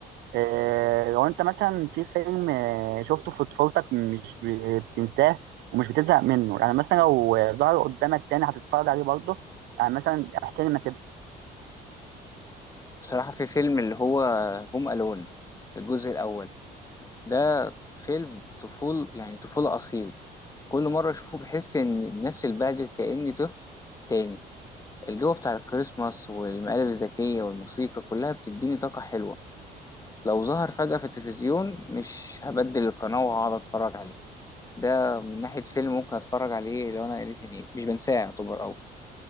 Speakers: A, on the right (about 85°); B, on the left (about 20°).
A: آه، لو انت مثلا في فيلم آه، شفته في طفولتك مش ب- بتنساه ومش بتزهق منه يعني مثلا لو آه، ظهر قدامك تاني هتتفرج عليه برضه يعني مثلا احكي لنا كده
B: بصراحه في فيلم اللي هو هوم الون الجزء الاول ده فيلم طفول يعني طفوله اصيل كل مره اشوفه بحس ان نفس البهجه كاني طفل تاني الجو بتاع الكريسماس والمقالب الذكيه والموسيقى كلها بتديني طاقه حلوه لو ظهر فجاه في التلفزيون مش هبدل القناه وهقعد اتفرج عليه ده من ناحيه فيلم ممكن اتفرج عليه لو انا قريت يعني مش بنساه يعتبر أوي